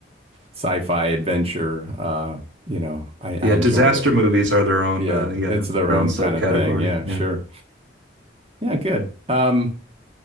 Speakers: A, on the right; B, on the right.
A: sci-fi adventure, uh, you know, I, I
B: Yeah,
A: enjoy
B: disaster
A: those.
B: movies are their own,
A: Yeah,
B: uh, yeah,
A: it's
B: it's
A: their
B: their
A: own
B: own subcategory.
A: kind of thing. Yeah, sure.
B: Yeah.
A: Yeah, good. Um,